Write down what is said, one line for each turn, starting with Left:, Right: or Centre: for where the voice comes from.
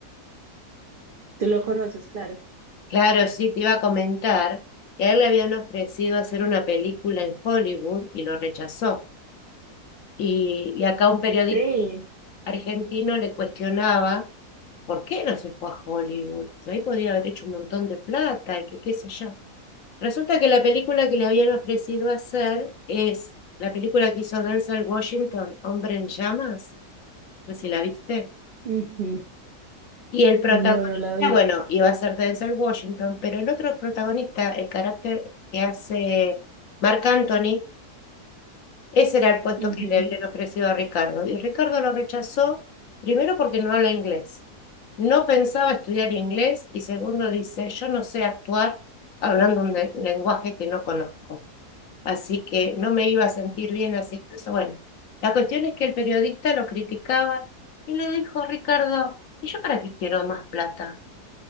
Right: Tú lo conoces, claro.
Left: Claro, sí, te iba a comentar que a él le habían ofrecido hacer una película en Hollywood y lo rechazó. Y, y acá un periodista
Right: Sí,
Left: argentino le cuestionaba por qué no se fue a Hollywood. Si Ahí podía haber hecho un montón de plata y que qué sé yo. Resulta que la película que le habían ofrecido hacer es la película que hizo Denzel Washington, Hombre en Llamas. No sé si la viste.
Right: ujú.
Left: Y el protagonista,
Right: No, no la vi.
Left: bueno, iba a ser Denzel Washington, pero el otro protagonista, el carácter que hace Marc Anthony, Ese era el puesto
Right: Ujú.
Left: que le habían ofrecido a Ricardo. Y Ricardo lo rechazó, primero porque no habla inglés. No pensaba estudiar inglés y segundo dice, yo no sé actuar hablando un le- lenguaje que no conozco. Así que no me iba a sentir bien así. Eso, bueno, la cuestión es que el periodista lo criticaba y le dijo, Ricardo, ¿y yo para qué quiero más plata?